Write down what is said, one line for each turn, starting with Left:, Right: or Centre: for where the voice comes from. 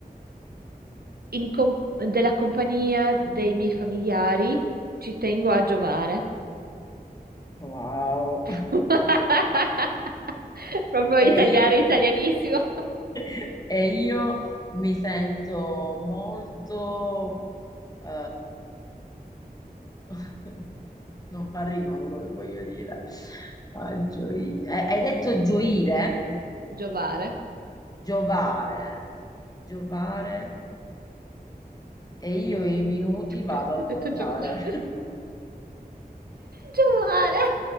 Right: in com- della compagnia dei miei familiari ci tengo a giovare.
Left: wow.
Right: <laughs> Proprio
Left: E
Right: italiano,
Left: io?
Right: italianissimo.
Left: <laughs> E io mi sento molto... eh, <laughs> non fa rima quello che voglio dire. Ah, gioi- eh, Hai detto gioire,
Right: Giovare.
Left: giovare, giovare, e io i minuti vado
Right: Perché
Left: a
Right: ho detto
Left: contare.
Right: giovare? <laughs> Giovare.